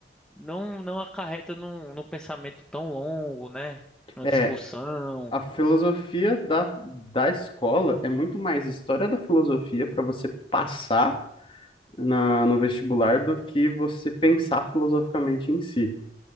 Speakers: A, in the centre; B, on the left.
A: não, não acarreta num, num pensamento tão longo, né? Numa
B: É,
A: discussão.
B: a filosofia da, da escola é muito mais história da filosofia para você passar na, no vestibular do que você pensar filosoficamente em si.